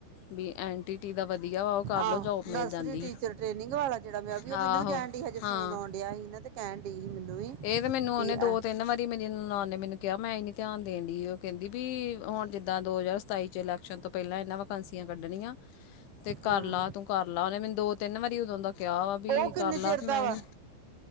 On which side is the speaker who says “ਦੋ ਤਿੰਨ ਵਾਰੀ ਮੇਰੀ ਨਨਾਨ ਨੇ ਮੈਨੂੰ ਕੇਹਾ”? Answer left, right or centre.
Left